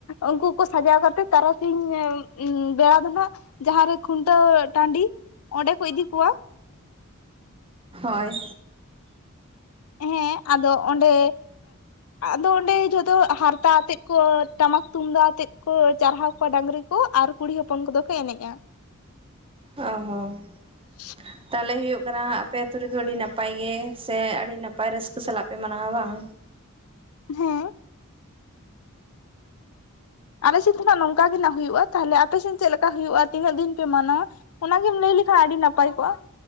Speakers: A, on the left; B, on the right.
A: ᱩᱱᱠᱩ ᱠᱚ ᱥᱟᱡᱟᱣ ᱠᱟᱛᱮᱜ ᱛᱟᱨᱟᱥᱤᱧ ᱵᱮᱲᱟ ᱫᱚ ᱱᱦᱟᱜ ᱡᱟᱦᱟᱸ ᱨᱮ ᱠᱷᱩᱱᱴᱟᱹᱣ ᱴᱟᱺᱰᱤ ᱚᱸᱰᱮᱠᱩ ᱤᱫᱤ ᱠᱚᱣᱟ ᱾
B: ᱦᱳᱭ ᱾
A: ᱦᱮᱸ ᱟᱫᱚ ᱚᱸᱰᱮ, ᱟᱫᱚ ᱚᱸᱰᱮ ᱡᱷᱚᱛ ᱫᱚ ᱦᱟᱨᱛᱟ ᱟᱛᱮᱫ ᱠᱚ ᱴᱟᱢᱟᱠ ᱛᱩᱢᱫᱟᱜ ᱟᱛᱮᱫ ᱠᱚ ᱪᱟᱨᱦᱟᱣ ᱠᱚᱣᱟ ᱰᱲᱝᱨᱤ ᱠᱚ ᱟᱨ ᱠᱩᱲᱤ ᱦᱚᱯᱚᱱ ᱠᱚᱫᱚ ᱠᱚ ᱮᱱᱮᱡᱼᱟ ᱾
B: ᱚ ᱦᱚᱸ ᱾
A: <unintelligible>
B: ᱛᱟᱦᱚᱞᱮ ᱦᱩᱭᱳᱜ ᱠᱟᱱᱟ ᱟᱯᱮ ᱟᱛᱳ ᱨᱮᱫᱚ ᱟᱹᱰᱤ ᱱᱟᱯᱟᱭ ᱜᱮ ᱥᱮ ᱟᱹᱰᱤ ᱱᱟᱯᱟᱭ ᱨᱟᱹᱥᱠᱟᱹ ᱥᱟᱞᱟᱜ ᱯᱮ ᱢᱟᱱᱟᱣᱟ, ᱵᱟᱝ?
A: ᱦᱮᱸ ᱾ ᱟᱞᱮᱥᱮᱫ ᱫᱚ ᱱᱟᱜ ᱱᱚᱝᱠᱟ ᱜᱮ ᱱᱟᱜ ᱦᱩᱭᱩᱜᱼᱟ, ᱛᱟᱦᱚᱞᱮ ᱟᱯᱮᱥᱮᱫ ᱪᱮᱫ ᱞᱮᱠᱟ ᱦᱩᱭᱩᱜᱼᱟ, ᱛᱤᱱᱟᱹᱜ ᱫᱤᱱ ᱯᱮ ᱢᱟᱱᱟᱣᱟ? ᱚᱱᱟᱜᱮᱢ ᱞᱟᱹᱭ ᱞᱮᱠᱷᱟᱱ ᱟᱹᱰᱤ ᱱᱟᱯᱟᱭ ᱠᱚᱜᱼᱟ ᱾